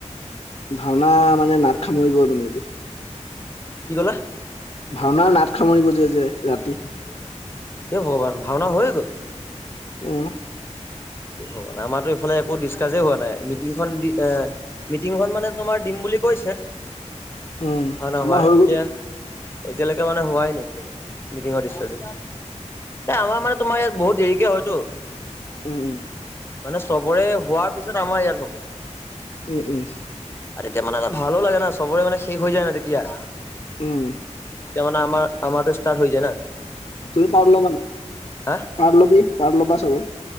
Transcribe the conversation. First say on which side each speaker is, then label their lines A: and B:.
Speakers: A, on the left (about 40°); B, on the left (about 20°).
A: ভাওনা মানে নাট সামৰিব তোন আজি।
B: কি ক'লা? <unintelligible>
A: ভাওনাৰ নাট সামৰিব যে যে ৰাতি
B: হে ভগৱান, ভাওনা হৈয়ে গ'ল?
A: উম'।
B: হ'ব নাই আমাৰো ইফালে একো ডিচকাচ হোৱা নাই। মিটিংখন দিম, মিটিংখন মানে তোমাৰ দিম বুলি বুলি কৈছে।
A: <inaudible> উম
B: ভাওনা
A: আমাৰ
B: হোৱাই,
A: হৈ
B: এতিয়া,
A: গ'ল
B: এতিয়ালৈকে মানে হোৱাই নাই এতিয়ালৈকে? মিটিঙৰ দৃশ্যযে? এই আমাৰ মানে তোমাৰ ইয়াত বহুত দেৰিকে হয়তো।
A: উম উম
B: মানে চবৰে হোৱাৰ পিছত আমাৰ ইয়াত হ'ব।
A: উম-উম।
B: আৰু তেতিয়া মানে ভালো লাগে না চবৰে মানে শেষ হৈ যায় না তেতিয়া।
A: উম
B: তাৰমানে আমাৰ আমাৰতো ষ্টাৰ্ট হৈ যায় ন।
A: তুমি পাৰ ল'বা নাই?
B: হা
A: পাৰ ল'বি পাৰ ল'বা চবে।